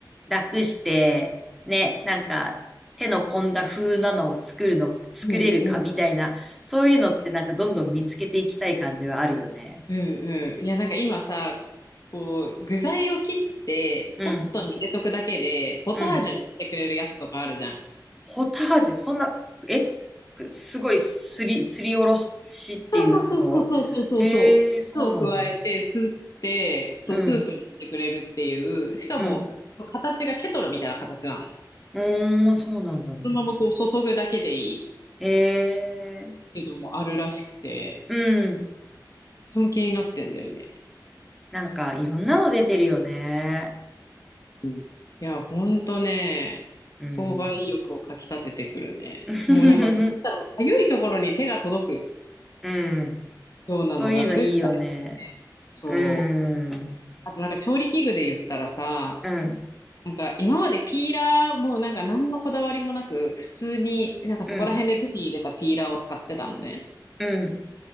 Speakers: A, in the centre; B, on the left.
A: 楽して、ね、なんか、手の込んだ風なのを作るの、作れるかみたいな、
B: うんうん。
A: そういうのってなんかどんどん見つけていきたい感じはあるよね。
B: うんうん。いや、なんか今さ、こう、具材を切って、
A: うん、
B: ポットに入れとくだけで、ポタージュにしてくれるやつとかあるじゃん。
A: うん。ポタージュ、そんな、え、すごいすり、すりおろしっていうことええー、
B: そうそうそうそうそうそう。
A: そうなんだ。
B: 酢を加えて、すって、そう、
A: うん、
B: スープにしてくれるっていう、しかも、
A: うん。
B: 形がケトルみたいな形なの。
A: おー、そうなんだね。
B: そのままこう注ぐだけでいいっ
A: ええ
B: ていうのもあるらしくて、
A: ー、うん。
B: とても気になってんだよね。
A: なんか、いろんなの出てるよね。
B: うん。いや、ほんとね、
A: うん。
B: 購買意欲をかき立ててくるね。
A: <laughs>
B: もうなんか、なんだろう、かゆいところに手が届
A: うん。
B: くようなのが増えたよね。
A: そういうのいいよね。
B: そう。
A: うん。
B: あとなんか調理器具で言ったらさ、
A: うん。
B: なんか今までピーラーもなんか何のこだわりもなく普通になんかそこら辺で手に入れたピーラーを使ってたのね。
A: うん。うん。